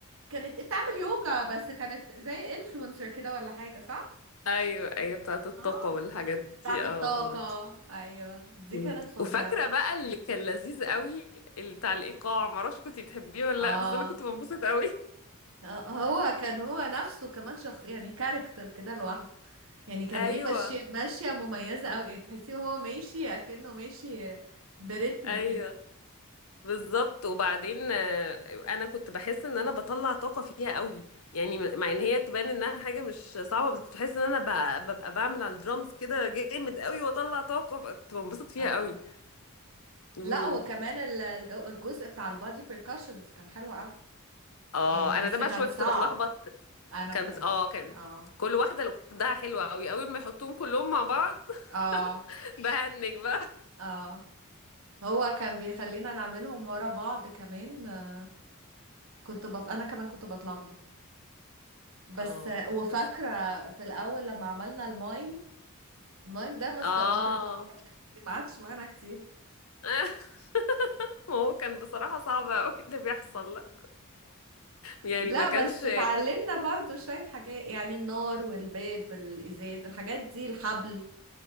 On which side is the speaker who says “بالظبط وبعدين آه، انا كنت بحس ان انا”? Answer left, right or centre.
Left